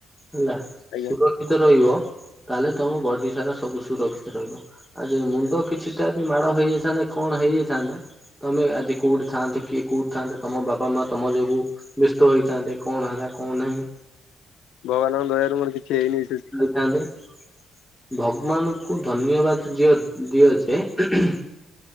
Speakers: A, in the centre; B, on the left.
A: ହେଲା
B: ଆଜ୍ଞା
A: ସୁରକ୍ଷିତ ରହିବ, ତାହେଲେ ତମ ବଡି ସାରା ସବୁ ସୁରକ୍ଷିତ ରହିବ। ଆଉ ଯଦି ମୁଣ୍ଡ କିଛିଟା ବି ମାଡ ହେଇଯାଇଥାନ୍ତା କଣ ହେଇଯାଇଥାନ୍ତା, ତମେ ଆଜି କୋଉଠି ଥାଆନ୍ତେ କିଏ କୋଉଠିଥାନ୍ତେ, ତମ ବାପା ମା ତମ ଯୋଗୁ ବ୍ୟସ୍ତ ହେଇଥାନ୍ତେ। କଣ ହେଲା କଣ ନାହିଁ।
B: ଭଗବାନଙ୍କ ଦୟାରୁ ମୋର କିଛି ହେଇନି। ସେ
A: ଥାଆନ୍ତେ। ଭଗବାନଙ୍କୁ ଧନ୍ୟବାଦ ଦିଅ ଦିଅଯେ ଏଁ